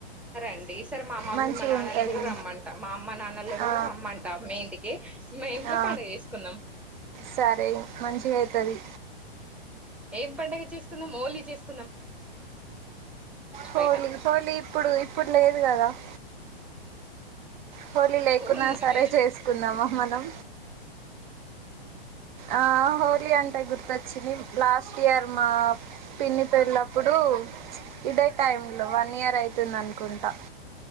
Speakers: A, in the centre; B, on the right.
A: అండి సరే మా మమ్మీ
B: మంచిగా
A: మా నాన్నని
B: ఉంటది
A: కూడా రమ్మంటా మా అమ్మ నాన్నలు
B: ఆ
A: కూడా రమ్మంటా మీ ఇంటికి మీ ఇంట్లో
B: ఆ
A: పండుగ చేేసుకుందాం
B: సరే మంచిగా అయితది
A: ఏం పండుగ చేస్తున్నా హోళి చేస్తున్నా
B: హోలీ
A: బయట
B: హోళీ ఇప్పుడు ఇప్పుడు లేదు కదా <inaudible> హోలీ లేకున్నా
A: అవునండి
B: సరే చేసుకుందామ మనం ఆ హోలీ అంటే గుర్తొచ్చింది లాస్ట్ ఇయర్ మా పిన్ని పెళ్ళప్పుడు ఉ ఇదే టైమ్ లో వన్ ఇయర్ అయితుంది అనుకుంటా